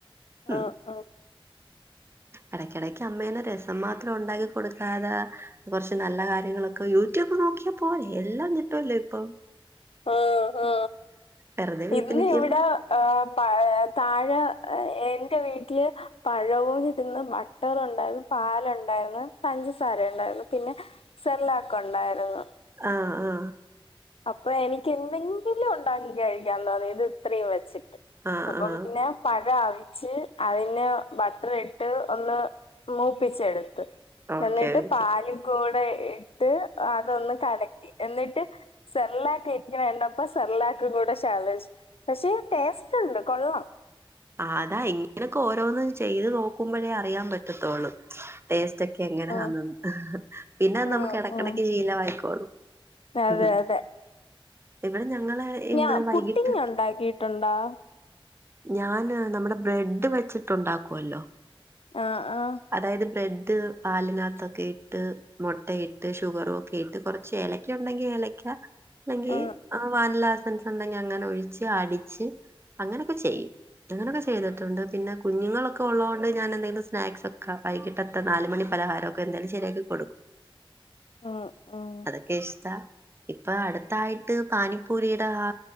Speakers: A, on the right; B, on the left.
A: മ്
B: ആ ആ
A: എടയ്ക്കെടക്ക് അമ്മേനെ രസം മാത്രം ഉണ്ടാക്കികൊടുക്കാതെ കൊർച്ച് നല്ല കാര്യങ്ങളൊക്കെ യു റ്റൂബ് നോക്കിയാ പോരെ എല്ലാം കിട്ടുവല്ലേ ഇപ്പൊ.
B: ആ ആ
A: വെറുതെ വീട്ടിൽ
B: ഇന്ന്
A: നിൽക്കുമ്പോ
B: ഇവിടാ. ആ പഴെ താഴെ എന്റെ വീട്ട്ല് പഴവും തിന്ന് ബട്ടറും ഉണ്ടായിരുന്നു പാലുണ്ടായിരുന്നു പഞ്ചസാര ഉണ്ടായിരുന്നു. പിന്നെ സെർലാക്കുണ്ടായിരുന്നു.
A: ആ ആ.
B: അപ്പൊ എനിക്ക് എന്തെങ്കിലും ഉണ്ടാക്കി കഴിക്കാല്ലോ ഇത് ഇത്രയും വെച്ച്ട്ട്.
A: ആഹ്
B: അപ്പം
A: ആഹ്
B: പിന്നെ. പഴം അവിച്ച് അതിന് ബട്ടറിട്ട് ഒന്ന് മൂപ്പിച്ചെടുത്ത്.
A: ഓക്കെ
B: എന്നിട്ട്
A: ഓക്കെ
B: പാല് കൂടെ ഇട്ട് അതൊന്ന് കലക്കി എന്നിട്ട് സെർലാക്ക് ഇരിക്കണ കണ്ടപ്പ സെർലാക്ക് കൂടെ ശാ <unintelligible> പക്ഷേ ടേസ്റ്റ് ണ്ട് കൊള്ളാം.
A: ആതാ ഇങ്ങനെയൊക്കെ ഓരോന്ന് ചെയ്ത് നോക്കുമ്പോഴേ അറിയാൻ പറ്റത്തോള്ളു. ടേസ്റ്റ് ഒക്കെ എങ്ങനാന്ന്
B: ഉം,
A: പിന്നെ
B: ഉം,
A: നമുക്ക് എടക്കെടക്ക്
B: ഉം.
A: ശീലമായിക്കോളും.
B: അതെ
A: ഉം
B: അതെ.
A: ഇവിടെ ഞങ്ങള് ഇവിടെ
B: ഞാ
A: വൈകിട്ട്
B: പുഡ്ഡിംഗ് ഉണ്ടാക്കിട്ടുണ്ടോ.
A: ഞാന് നമ്മുടെ ബ്രെഡ് വെച്ചിട്ടുണ്ടാക്കുവല്ലോ.
B: ആഹ് ആഹ്
A: അതായത് ബ്രെഡ് പാലിനക്കത്തൊക്കെ ഇട്ട്. മുട്ടയിട്ട് ഷുഗറും ഒക്കെ ഇട്ട് കുറച്ച് ഏലക്ക ഉണ്ടെങ്കിൽ ഏലക്ക. അല്ലെങ്കിൽ
B: ആ
A: വാനിലാഎസൻസ് ഉണ്ടെങ്കിൽ അങ്ങനെ ഒഴിച്ച് അടിച്ച് അങ്ങനൊക്കെ ചെയ്യും. അങ്ങനെയൊക്കെ ചെയ്തിട്ടുണ്ട് പിന്നെ കുഞ്ഞുങ്ങളൊക്കെ ഉള്ളതുകൊണ്ട് ഞാനെന്തെങ്കിലും സ്നാക്സ് ഒക്കെ വൈകിട്ട് നാലു മണി പലഹാരൊക്കെ എന്തേലും ശരിയാക്ക് കൊടുക്കും.
B: ഉം, ഉം,
A: അതൊക്കെ ഇഷ്ട്ട ഇപ്പൊ അടുത്തായിട്ട് പാനിപ്പൂരിയുടെ ആ